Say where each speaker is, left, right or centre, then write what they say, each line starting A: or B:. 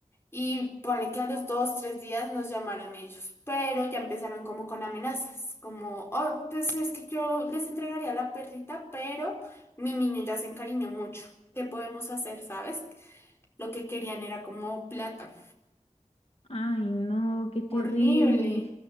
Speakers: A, on the left; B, on the left.
A: Y pone que a los dos, tres días nos llamaron ellos, pero ya empezaron como con amenazas, como, oh, pues es que yo les entregaría la perrita, pero mi niño ya se encariñó mucho. ¿Qué podemos hacer, sabes? Lo que querían era como plata.
B: Ay, no, qué terrible.
A: Horrible.